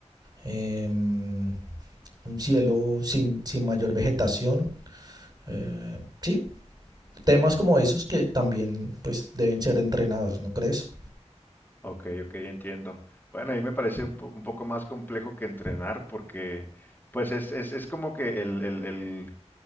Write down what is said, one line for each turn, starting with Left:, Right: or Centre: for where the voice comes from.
Right: em, un cielo sin, sin mayor vegetación. Eh, sí, temas como esos que también pues deben ser entrenados, ¿no crees?
Left: Ok, ok, entiendo. Bueno, ahí me parece un, po- un poco más complejo que entrenar porque, pues, es, es, es como que el, el, el-